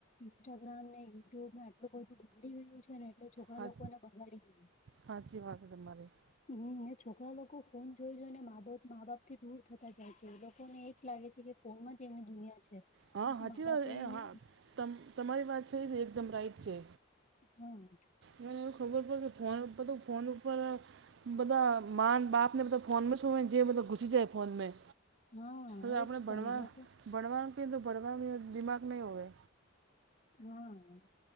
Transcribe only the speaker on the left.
ઇન્સ્ટાગ્રામ ને યુટ્યુબમાં આટલું બધું બગડી ગયું છે ને એ છોકરા
લોકોને બંગાડી દેય.
હમ્મ છોકરા લોકો ફોન જોઈ જોઈને મા બાપ થી દૂર થતા જાય છે. એ ને એ જ લાગે છે કે ફોનમાં જ એમની દુનિયા છે.
કેમ કે
મા બાપે
એને
હમ્મ.
હા
એજ તો
એ લોકો
હા.